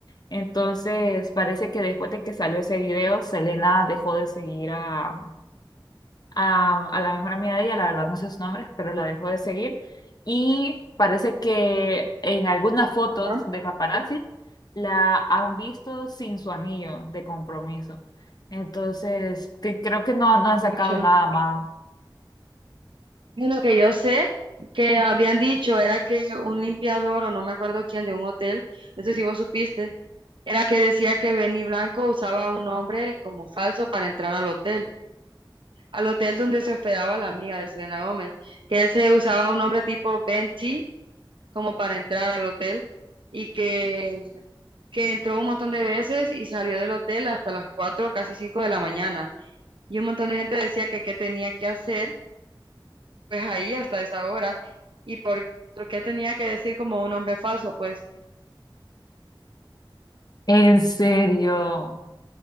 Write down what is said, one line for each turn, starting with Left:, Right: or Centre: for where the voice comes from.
Left: Entonces, parece que después de que salió ese video, Selena dejó de seguir a, a, a la mejor amiga de ella, la verdad no sé sus nombres, pero la dejó de seguir. Y parece que en algunas fotos
Right: Ajá.
Left: de paparazzi la han visto sin su anillo de compromiso. Entonces, que creo que no, no han
Right: Mucho.
Left: sacado nada más.
Right: Bueno, que yo sé que habían dicho era que un limpiador o no me acuerdo quién de un hotel, no sé si vos supiste, era que decía que Benny Blanco usaba un nombre como falso para entrar al hotel, al hotel donde se hospedaba la amiga de Selena Gómez, que él se usaba un nombre tipo Ben T como para entrar al hotel y que, que entró un montón de veces y salió del hotel hasta las 4 casi 5 de la mañana. Y un montón de gente decía que qué tenía que hacer pues ahí hasta esa hora. ¿Y por, por qué tenía que decir como un hombre falso? Pues
Left: En serio.